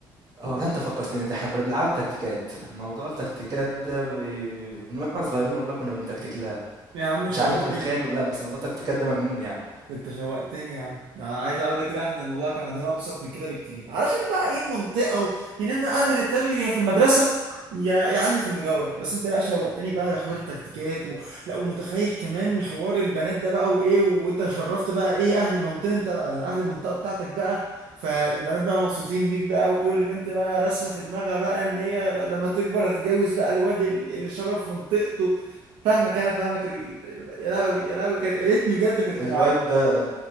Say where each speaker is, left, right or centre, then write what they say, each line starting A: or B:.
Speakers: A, on the right; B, on the right.
A: آه والله انت فكرتني ده احنا كنا بنلعبها بتكتيكات موضوع التكتيكات ده بي- من واحنا صغيرين والله كنا بنتكتك لها
B: يا عم شوقتني
A: مش عارف انت متخيل ولا لا بس موضوع التكتيكات ده مجنون يعني
B: انت شوقتني يا عم انا عايز اقول لك لا احنا الموضوع كان عندنا ابسط من كده بكتير علشان بقى ايه المنطقه و... يعني احنا انا ما لعبتهاش غير يا في المدرسه يا يا عني في المجاوره بس انت لا شوقتني بقى لحوار التكتيكات و... لا ومتخيل كمان حوار البنات ده بقى وايه وانت شرفت بقى ايه اهل المنطقه انت اهل المنطقه بتاعتك بقى فالبنات بقى مبسوطين بيك بقى وكل بنت بقى راسمه في دماغها بقى ان هي بقى لما تكبر هتتجوز بقى الواد ال- اللي شرف منطقته فاهمك انا فاهمك ال... يا راوي يا راوي كان- يا ريتني بجد كنت
A: الواد
B: معاك